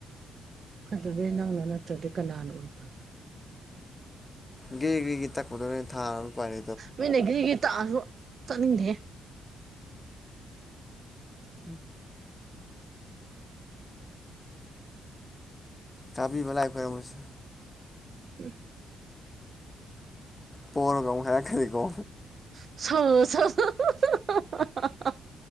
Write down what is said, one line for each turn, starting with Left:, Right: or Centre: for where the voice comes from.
Right: ꯐꯗꯕ ꯏ ꯅꯪꯅ ꯅꯠꯇ꯭ꯔꯗꯤ ꯀꯅꯥꯅ ꯑꯣꯏꯕ
Left: ꯒꯤꯒꯦ ꯒꯦꯒꯤ ꯇꯛꯄꯗꯣ ꯅꯣꯏ ꯊꯥꯅꯕ ꯄꯔ
Right: ꯃꯤꯅꯘ꯭ꯔꯤꯒꯤ ꯇꯥꯛꯑꯁꯨ ꯆꯠꯅꯤꯡꯗꯦ
Left: ꯎꯝ ꯇꯥꯕꯤꯕꯂꯥꯏ ꯈꯣꯏꯔꯝꯃꯨꯁꯦ
Right: ꯎꯝ
Left: ꯄꯔꯒ ꯍꯥꯏ ꯈꯗꯤ ꯀꯣ
Right: <unintelligible>